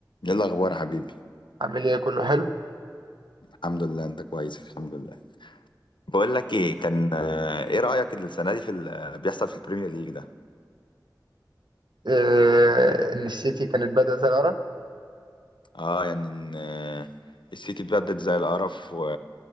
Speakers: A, on the left; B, on the right.
A: ايه الاخبار يا حبيبي
B: عامل ايه كله حلو
A: الحمد لله انت كويس الحمد لله بقول لك ايه كان آه، ايه رأيك السنة دي في اللي بيحصل في البريمير ليج ده
B: آه ان السيتي كانت بادئه زي العرب
A: اه يعني ان آه، السيتي اتبدد زي القرف و